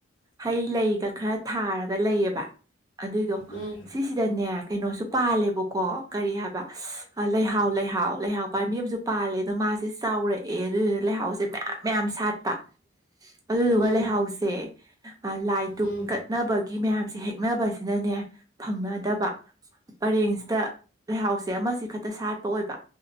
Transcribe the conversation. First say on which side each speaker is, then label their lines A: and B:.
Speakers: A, on the right; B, on the left.
A: ꯍꯩ ꯂꯩꯒ ꯈꯔ ꯊꯥꯔꯒ ꯂꯩꯌꯦꯕ ꯑꯗꯨꯏꯗꯣ
B: ꯎꯝ
A: ꯁꯤꯁꯤꯗꯅꯦ ꯀꯩꯅꯣꯁꯨ ꯄꯥꯜꯂꯦꯕꯀꯣ ꯀꯔꯤ ꯍꯥꯏꯕ ꯑ ꯂꯩꯍꯥꯎ ꯂꯩꯍꯥꯎ ꯂꯩꯍꯥꯎ ꯄꯥꯟꯕꯤ ꯑꯃꯁꯨ ꯄꯥꯜꯂꯦ ꯑꯗꯣ ꯃꯥꯁꯦ ꯆꯥꯎꯔꯛꯑꯦ ꯑꯗꯨꯗꯨꯅ ꯂꯩꯍꯥꯎꯁꯦ ꯃꯌꯥꯝ ꯃꯌꯥꯝ ꯁꯥꯠꯄ ꯑꯗꯨꯗꯨꯒ
B: ꯎꯝ
A: ꯂꯩꯍꯥꯎꯁꯦ ꯂꯥꯏ ꯗꯨꯨꯛ
B: ꯎꯝ
A: ꯀꯠꯅꯕꯒꯤ ꯃꯌꯥꯝꯁꯦ ꯍꯦꯛꯅꯕꯁꯤꯅꯅꯦ ꯐꯪꯅꯗꯕ ꯄꯔꯦꯡꯁꯤꯗ ꯂꯩꯍꯥꯎꯁꯦ ꯑꯃꯁꯤ ꯈꯛꯇ ꯁꯥꯠꯄ ꯑꯣꯏꯕ